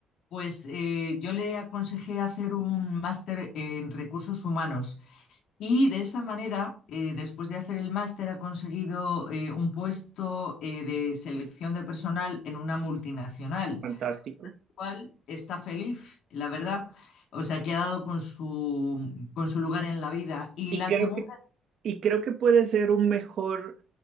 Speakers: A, on the left; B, on the right.
A: Pues eh, yo le aconsejé hacer un máster en recursos humanos Y de esa manera, eh, después de hacer el máster, ha conseguido eh, un puesto eh, de selección de personal en una multinacional,
B: Fantástico.
A: cual está feliz, la verdad. O sea, que ha dado con su, con su lugar en la vida. Y
B: Y
A: la
B: creo
A: segunda,
B: que, y creo que puede ser un mejor,